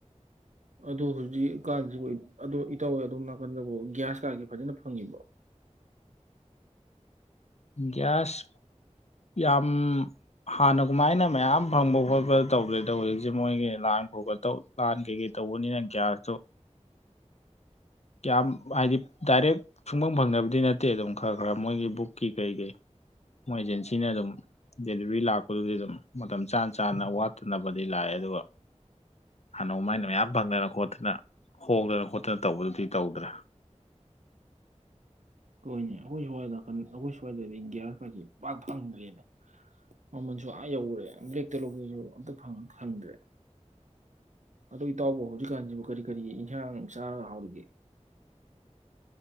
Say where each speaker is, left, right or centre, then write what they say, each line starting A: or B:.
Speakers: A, on the right; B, on the left.
A: ꯑꯗꯨ ꯍꯨꯖꯤꯛ ꯀꯥꯟꯁꯤꯕꯨ ꯏꯠ ꯑꯗꯨ ꯏꯇꯥꯎ ꯑꯗꯣꯝ ꯅꯥꯀꯟꯗꯕꯨ ꯒ꯭ꯌꯥꯁ ꯀꯥꯒꯤ ꯐꯖꯅ ꯐꯪꯉꯤꯕꯣ
B: ꯒꯌꯥꯁ ꯌꯥꯝ ꯍꯥꯟꯅ ꯒꯨꯃꯥꯏꯅ ꯃꯌꯥꯝ ꯐꯪꯕ ꯈꯣꯠꯄ ꯇꯧꯗ꯭ꯔꯦꯗꯣ ꯍꯧꯖꯤꯛꯁꯤ ꯃꯣꯏꯒꯤ ꯂꯥꯟ ꯈ ꯇꯧ ꯂꯥꯟ ꯀꯩꯀꯩ ꯇꯧꯕꯅꯤꯅ ꯒ꯭ꯌꯥꯁꯇꯨ ꯀꯌꯥꯝ ꯍꯥꯏꯗꯤ ꯗꯥꯏꯔꯦꯛ ꯁꯨꯡꯐꯐꯪꯗꯕꯗꯤ ꯅꯠꯇꯦ ꯗꯨꯝ ꯈꯔ ꯈꯔ ꯃꯣꯏꯒꯤ ꯕꯨꯛꯀꯤ ꯀꯩ ꯀꯩ ꯃꯣꯏꯖꯦꯟꯁꯤ ꯁꯤꯅꯗꯨꯝ ꯗꯦꯂꯤꯚꯔꯤ
A: ꯍꯣꯏꯅꯦ ꯑꯈꯣꯏ ꯁ꯭ꯋꯥꯏ ꯅꯥꯀꯟ ꯑꯈꯣꯏ ꯁ꯭ꯋꯥꯏꯗꯗꯤ ꯒ꯭ꯌꯥꯁ ꯀꯁꯤ ꯄꯥꯛ ꯐꯪꯗ꯭ꯔꯦꯅꯦ ꯃꯃꯜꯁꯨ ꯑꯥ ꯌꯧꯔꯦ ꯕ꯭ꯂꯦꯛꯇ ꯂꯧꯕꯁꯨ ꯑꯝꯇ ꯐꯪ-ꯐꯪꯗ꯭ꯔꯦ ꯑꯗꯨ ꯏꯇꯥꯎꯕꯨ ꯍꯧꯖꯤꯛꯀꯥꯟꯁꯤꯕꯨ ꯀꯔꯤ ꯀꯔꯤ ꯏꯟꯁꯥꯡ ꯆꯥꯔ ꯍꯥꯎꯔꯤꯒꯦ